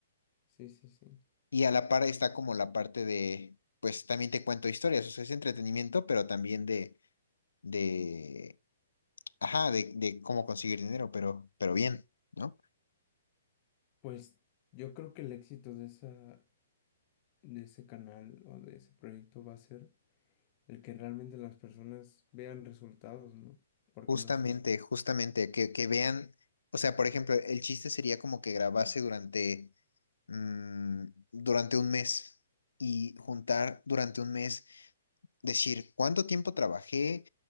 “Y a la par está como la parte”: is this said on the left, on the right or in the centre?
Left